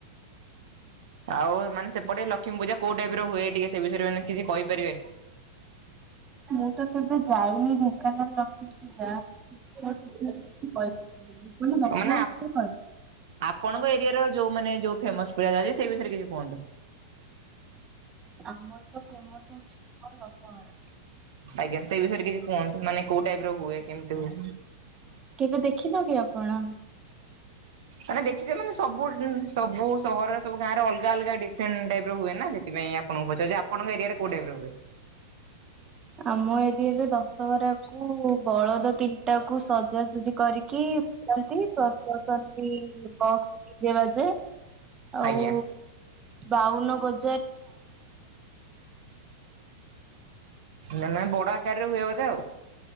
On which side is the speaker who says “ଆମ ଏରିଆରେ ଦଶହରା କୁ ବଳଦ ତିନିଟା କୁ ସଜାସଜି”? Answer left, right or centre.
Right